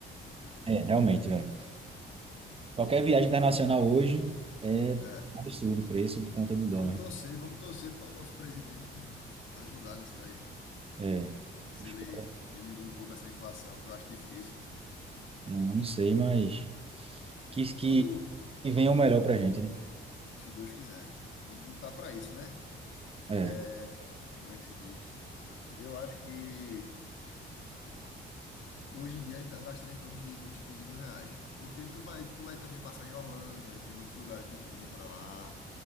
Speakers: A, on the left (about 75°); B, on the right (about 30°).
A: entendeu?
B: É, realmente, velho. Qualquer viagem internacional hoje é
A: É,
B: um absurdo o preço por conta do dólar.
A: vamos torcer, vamos torcer para o nosso presidente, né? Ajudar nisso daí.
B: É,
A: Se
B: espero-
A: ele diminuir um pouco essa inflação, que eu acho difícil.
B: não, não sei, mas que, que,
A: Quando,
B: que venha o melhor pra gente, né?
A: se Deus quiser, vamos lutar para isso, né?
B: É,
A: É, como é que se diz? Eu acho que Hoje em dia ainda gastaria em torno de uns 15 mil reais. Porque tu vai, tu vai também passar em Orlando, aí tem muitos lugares de compra lá.